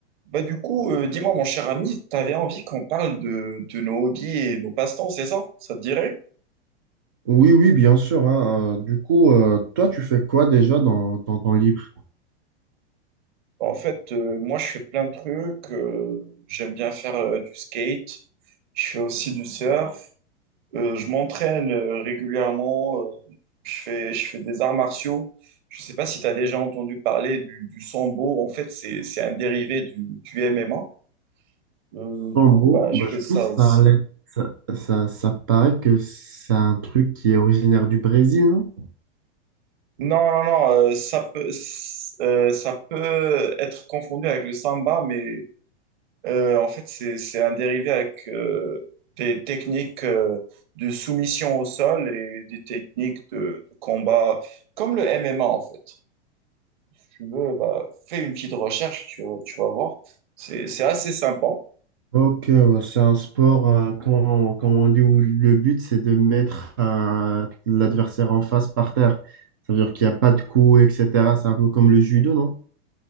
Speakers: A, on the right; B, on the right.
A: Bah du coup, euh, dis-moi mon cher ami, t'avais envie qu'on parle de, de nos hobbies et nos passe-temps, c'est ça? Ça te dirait?
B: Oui, oui, bien sûr. hein. Euh, du coup, euh, toi, tu fais quoi déjà dans, dans ton livre?
A: En fait, euh, moi je fais plein de trucs, euh, j'aime bien faire euh, du skate, je fais aussi du surf, euh, je m'entraîne euh, régulièrement, euh, je fais, je fais des arts martiaux. Je sais pas si tu as déjà entendu parler du, du sambo, en fait c'est, c'est un dérivé du, du MMA. Euh,
B: En
A: du coup,
B: gros,
A: bah,
B: bah,
A: je fais
B: je
A: ça
B: pense que
A: aussi.
B: ça, allait- ça, ça, ça paraît que c'est un truc qui est originaire du Brésil, non?
A: Non, non, non, euh, ça peut, s- euh, ça peut être confondu avec le samba, mais euh, en fait, c'est, c'est un dérivé avec euh, des techniques euh, de soumission au sol et des techniques de, de combat, comme le MMA, en fait. Si tu veux, bah, fais une petite recherche, tu, tu vas voir. C'est, c'est assez sympa.
B: Ok, bah, c'est un sport, euh, comment, comment on dit, où le but, c'est de mettre euh, l'adversaire en face par terre. Ça veut dire qu'il n'y a pas de coups, etc. C'est un peu comme le judo, non?